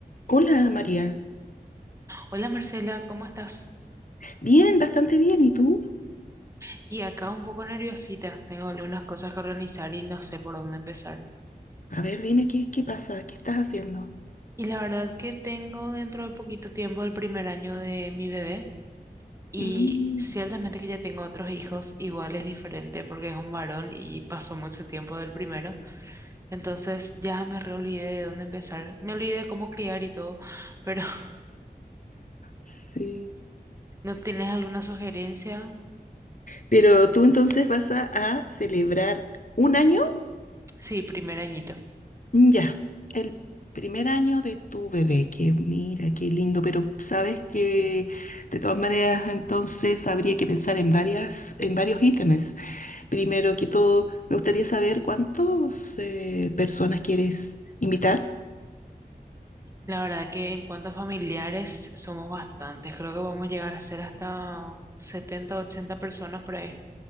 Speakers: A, on the left; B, on the right.
A: Hola María,
B: Hola Marcela, ¿cómo estás?
A: bien, bastante bien. ¿Y tú?
B: Y acá un poco nerviosita, tengo algunas cosas que organizar y no sé por dónde empezar.
A: A ver, dime qué, qué pasa, qué estás haciendo.
B: Y la verdad que tengo dentro de poquito tiempo el primer año de mi bebé y
A: Mm,
B: ciertamente que ya tengo otros hijos, igual es diferente porque es un varón y pasó mucho tiempo del primero, entonces ya me reolvidé de dónde empezar, me olvidé de cómo criar y todo, pero <laughs>
A: sí.
B: ¿no tienes alguna sugerencia?
A: Pero tú entonces vas a, a celebrar un año,
B: Sí, primer añito.
A: Mm, ya, el primer año de tu bebé, que mira, qué lindo, pero sabes que de todas maneras entonces habría que pensar en varias, en varios ítems. Primero que todo, me gustaría saber cuántas personas quieres invitar.
B: La verdad que en cuanto a familiares somos bastantes, creo que vamos a llegar a ser hasta 70 80 personas por ahí,